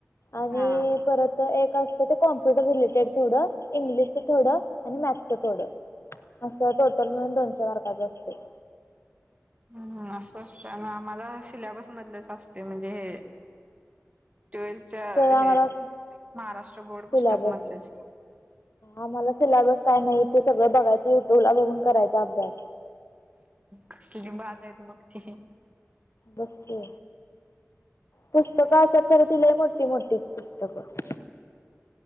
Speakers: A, on the left (about 65°); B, on the right (about 30°).
A: आणि
B: हा हा
A: परत एक असतय ते कॉम्प्युटर रिलेटेड. थोडं इंग्लिशच थोडं आणि मॅथचं थोड असं टोटल म्हणून दोनशे मार्क. त्याच असते.
B: हम् असं असतं आम्हाला सिलेबस मधलच असते म्हणजे हे ट्वेल्थच्या
A: तर आम्हाला
B: हे महाराष्ट्र बोर्ड
A: सिलॅबस
B: पुस्तक मधलेच
A: आम्हाला सिलेबस काय नाही ते सगळं बघायचं युट्यूब ला बघून करायचा अभ्यास
B: कसली बाध आहे त मग त.
A: बकू पुस्तकं असात खरं तय मोठी मोठीच पुस्तकं